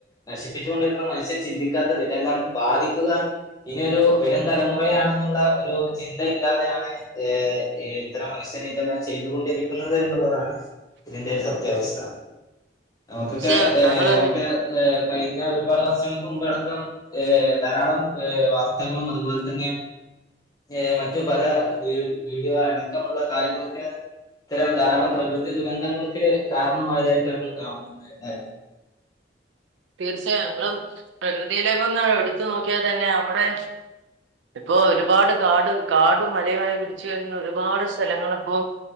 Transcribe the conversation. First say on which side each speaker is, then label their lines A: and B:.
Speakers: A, on the left (about 20°); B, on the right (about 85°).
A: നശിപ്പിച്ചു കൊണ്ടിരിക്കുന്ന മനുഷ്യ ചിന്തിക്കാത്തത് ഇതെല്ലാം ബാധിക്ക ഇനിയോരു വരും തലമുറ ആണെന്നുള്ള ഒരു എന്ത ഇല്ലാതെയാണ് ഏഹ് ഇത്തരം മനുഷ്യർ ഇതെല്ലാം ചെയ്തുകൊണ്ടിരിക്കുന്നത് എന്നുള്ളതാണ് ഇതിന്റെ ഒരു സത്യാവസ്ഥ നമുക്കൊക്കെ
B: തീർച്ചയായും
A: ഏഹ്
B: താങ്കൾ
A: നമുക്ക് ഏഹ് കഴിഞ്ഞ ഒരുപാട് വർഷങ്ങൾക്ക് കൊണ്ടടക്കാം ഏഹ് ധാരാളം ഏഹ് വാർത്തകളും അതുപോലെ തന്നെ ഏഹ് മറ്റു പല വീട് വീട് അടക്കമുള്ള കാര്യങ്ങളൊക്കെ ഇത്തരം ധാരാളം പ്രകൃതി ദുരന്തങ്ങൾക്ക് കാരണമായതായിട്ട് നമ്മൾ കാണുന്നുണ്ട് അല്ലെ
B: തീർച്ചയായും ഞമ്മും പ്രകൃതിയിലേക്ക ഒന്ന് അടുത്തു നോക്കിയാൽ തന്നെ നമ്മടെ ഇപ്പൊ ഒരുപാട് കാട് കാടും മലയുമായി പിടച്ച് കഴിഞ്ഞ ഒരുപാട് സ്ഥലങ്ങളിപ്പോ